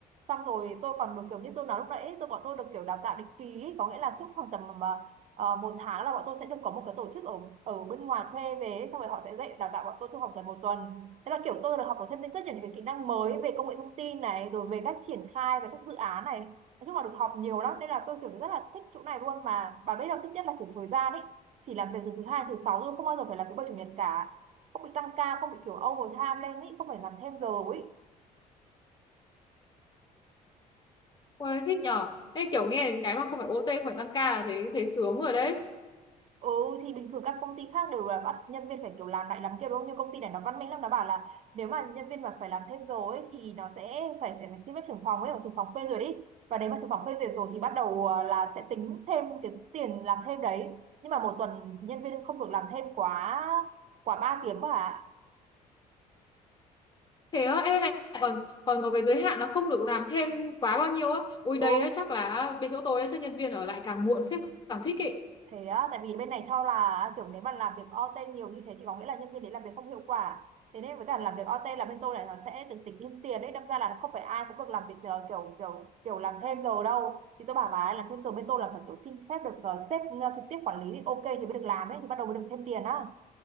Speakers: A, on the right; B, on the left.
A: Xong rồi tôi còn được kiểu như tôi nói lúc nãy ấy, tôi Bọn tôi được kiểu đào tạo định kỳ ấy. Có nghĩa là cứ khoảng tầm uh, một tháng là bọn tôi sẽ được có một cái tổ chức ở ở bên ngoài thuê về ấy. Xong rồi họ sẽ dạy đào tạo bọn tôi trong vòng tầm một tuần Thế là kiểu tôi được học được thêm rất nhiều những cái kỹ năng mới Về công nghệ thông tin này Rồi về cách triển khai, về các dự án này nói chung là được học nhiều lắm nên là tôi kiểu rất là thích chỗ này luôn mà bà biết đâu thích nhất là kiểu thời gian ấy chỉ làm việc từ thứ hai thứ sáu thôi không bao giờ phải làm thứ bảy chủ nhật cả không bị tăng ca không bị kiểu overtime lên ấy không phải làm thêm giờ ấy
B: Ôi thích nhở đây kiểu nghe đến cái mà không phải OT phải tăng ca là thấy thấy sướng rồi đấy
A: Ừ thì bình thường các công ty khác đều là bắt nhân viên phải kiểu làm lại làm kia đúng không? Nhưng công ty này nó văn minh lắm, nó bảo là nếu mà nhân viên mà phải làm thêm giờ ấy thì nó sẽ phải phải phải xin phép trưởng phòng ấy, hoặc trưởng phòng phê duyệt đi. Và nếu mà trưởng phòng phê duyệt rồi thì bắt đầu à, là sẽ tính thêm cái tiền làm thêm đấy. Nhưng mà một tuần nhân viên không được làm thêm quá quá 3 tiếng mà.
B: thế á em này còn còn có cái giới hạn là không được làm thêm quá bao nhiêu á ui
A: Ừ
B: đây á chắc là bên chỗ tôi á chắc nhân viên ở lại càng muộn sếp càng thích ý
A: thế á tại vì bên này cho là kiểu nếu mà làm việc OT nhiều như thế thì có nghĩa là nhân viên đấy làm việc không hiệu quả thế nên với cả làm việc OT là bên tôi là nó sẽ được tính thêm tiền đấy đâm ra là không phải ai cũng được làm việc ờ, kiểu kiểu kiểu làm thêm giờ đâu thì tôi bảo bà ấy làm thêm giờ bên tôi là phải kiểu xin phép được ờ, sếp ờ, trực tiếp quản lý thì ok thì mới được làm ấy thì bắt đầu mới được thêm tiền á